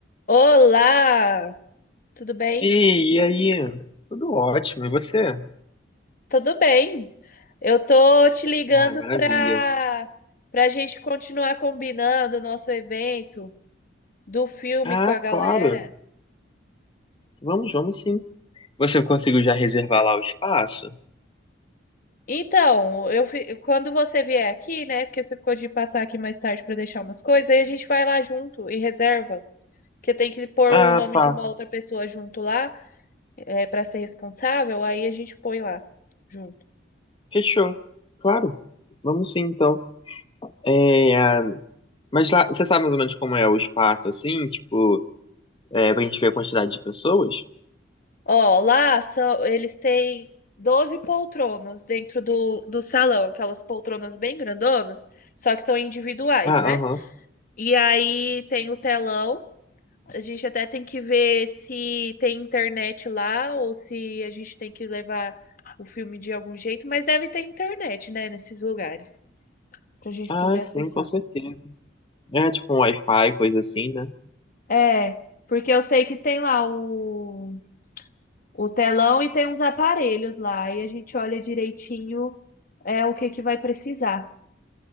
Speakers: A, on the left; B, on the left.
A: Olá, tudo bem?
B: Ei, e aí? Tudo ótimo, e você?
A: Tudo bem. Eu tô te ligando
B: Ah, maravilha.
A: para para a gente continuar combinando o nosso evento do filme
B: Ah,
A: com a galera.
B: claro. Vamos, vamos sim. Você conseguiu já reservar lá o espaço?
A: Então, eu fi- quando você vier aqui, né? Porque você ficou de passar aqui mais tarde para deixar umas coisas, aí a gente vai lá junto e reserva, porque tem que pôr
B: Ah,
A: o nome
B: tá.
A: de uma outra pessoa junto lá, é, para ser responsável. Aí a gente põe lá junto.
B: Fechou. Claro. Vamos sim, então. É, ah, mas lá, você sabe mais ou menos como é o espaço, assim? Tipo, é, pra gente ver a quantidade de pessoas?
A: Ó, lá são, eles têm 12 poltronas dentro do, do salão, aquelas poltronas bem grandonas, só que são individuais,
B: Ah,
A: né?
B: aham.
A: E aí tem o telão, a gente até tem que ver se tem internet lá ou se a gente tem que levar o filme de algum jeito, mas deve ter internet, né, nesses lugares, pra gente
B: Ah,
A: poder
B: sim,
A: acessar.
B: com certeza. É tipo um Wi-Fi, coisa assim, né?
A: É, porque eu sei que tem lá o o telão e tem uns aparelhos lá e a gente olha direitinho é o que que vai precisar